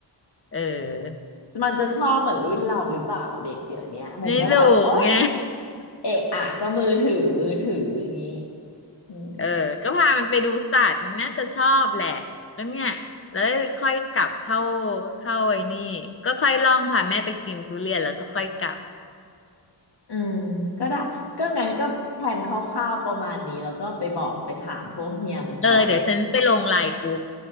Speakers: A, on the left; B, on the left.
A: เออ
B: มันจะชอบเหมือนรุ่นเราหรือเปล่าเด็กเดี๋ยวเนี้ยมันก็แบบโอ๊ย
A: ไม่รู้ไง
B: เอะอะก็มือถือมือถืออย่างนี้อืม
A: เออก็พามันไปดูสัตว์ มันน่าจะชอบแหละแล้วเนี่ยแล้วค่อยกลับเข้าเข้าไอ้นี่ก็ค่อยล่องพาแม่ไปกินทุเรียนแล้วก็ค่อยกลับ
B: อืมก็ได้ก็งั้นก็แผนคร่าวๆประมาณนี้แล้วก็ไปบอกไปถามพวกเฮียมันก่อน
A: เออเดี๋ยวฉันไปลงไลน์กรุ๊ป